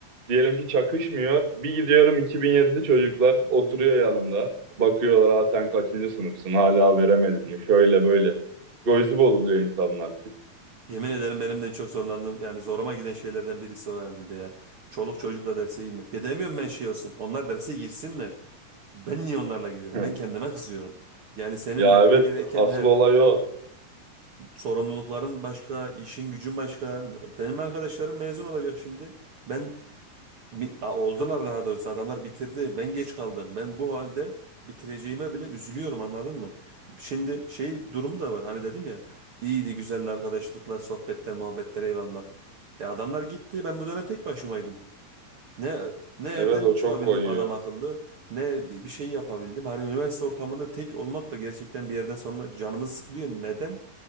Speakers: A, on the right; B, on the right.
A: diyelim ki çakışmıyor bir gidiyorum 2007'li çocuklar oturuyor yanımda bakıyorlar ha sen kaçıncı sınıfsın hala veremedin mi şöyle böyle psikolojisi bozuluyor insanın artık.
B: Yemin ederim benim de en çok zorlandığım yani zoruma giden şeylerden birisi o herhalde ya. Çoluk çocukla derse girmek. Ya demiyorum ben şey olsun. Onlar derse girsinler. Ben niye onlarla gidiyorum?
A: <laughs>
B: Ben kendime kızıyorum. Yani senin
A: Ya
B: yapman
A: evet
B: gereken
A: asıl
B: he,
A: olay o
B: sorumlulukların başka, işin gücün başka. Benim arkadaşlarım mezun olacak şimdi. Ben Bi- a- oldular daha doğrusu adamlar bitirdi. Ben geç kaldım. Ben bu halde bitireceğime bile üzülüyorum anladın mı? Şimdi şey durumu da var. Hani dedim ya iyiydi güzeldi arkadaşlıklar, sohbetler, muhabbetler eyvallah. E adamlar gitti. Ben bu dönem tek başımaydım. Ne ne evden
A: evet o
B: çıkabildim
A: çok koyuyor.
B: adam akıllı ne bi- bir şey yapabildim. Hani üniversite ortamında tek olmak da gerçekten bir yerden sonra canımız sıkılıyor. Neden?